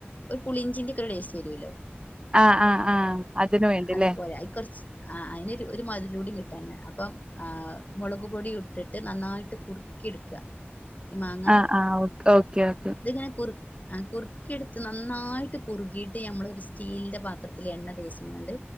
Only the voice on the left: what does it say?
ഒരു പുളിഞ്ചിന്റെക്കെ ഒരു ടേസ്റ്റ് വരോല്ലോ
അത് പോലെ അയ് കൊർച്ച്. ആഹ് അയ്ന് ഒരു ഒരു മധ് രൂടി കിട്ടാന അപ്പം ആഹ് മൊളക് പൊടിയും. ഇട്ടിട്ട് നന്നായിട്ട് കുറുക്കി എടുക്ക ഈ മാങ്ങ
ഇത്ങ്ങനെ. കുർ ആഹ് കുറുക്കിയെടുത്ത് നന്നായിട്ട് കുറുകിയിട്ട് ഞമ്മളൊര് സ്റ്റീലിന്റെ പാത്രത്തിൽ എണ്ണ തേച്ച്ങ്ങാണ്ട്.